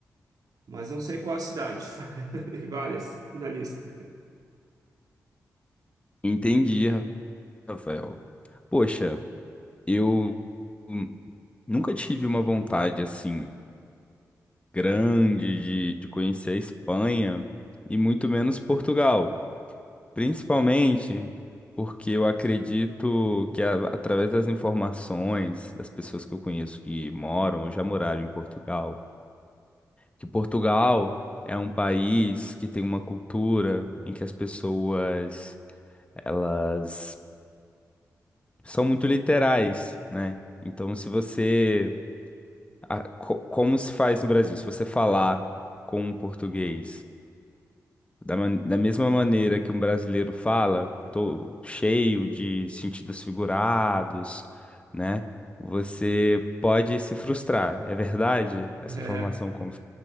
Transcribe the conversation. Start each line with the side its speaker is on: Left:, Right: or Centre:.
Right: mas não sei qual a cidade. <laughs> Tem várias na lista.
Left: Entendi, Rafael. Poxa. Eu hum, nunca tive uma vontade assim grande de, de conhecer a Espanha e muito menos Portugal, principalmente porque eu acredito que a- através das informações das pessoas que eu conheço que moram ou já moraram em Portugal, que Portugal é um país que tem uma cultura em que as pessoas elas são muito literais, né? Então, se você a- co- como se faz no Brasil? Se você falar com um português da, man- da mesma maneira que um brasileiro fala, tô cheio de sentidos figurados, né? Você pode se frustrar. É verdade essa
Right: É,
Left: informação como